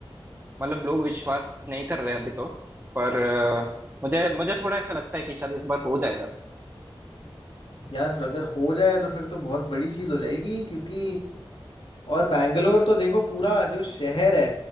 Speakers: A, on the right; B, on the left.
A: मतलब लोग विश्वास नहीं कर रहे अभी तो पर अ, मुझे मुझे थोड़ा ऐसा लगता है कि शायद इस बार हो जाएगा
B: यार अगर हो जाए तो फिर तो बहुत बड़ी चीज हो जाएगी क्योंकि और बैंगलोर तो देखो पूरा जो शहर है